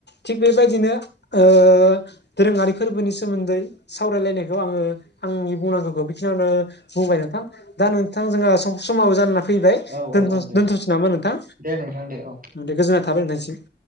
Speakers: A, on the left; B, on the right.
A: थिग बेबायदिनो ओ दोरोङारि फोरबोनि सोमोन्दै सावरायलायनायखौ आङो आंनि बुंनां खौ बेखिनियावनो बुंबाय नोंथां दा नोंथां जोहा सम समाबो जाना फैबाय
B: औ औ औ दे
A: दोनथ'सै नामा नोंथां?
B: दे नोंथां दे औ
A: दे गोजोननाय थाबाय नोंथांसिम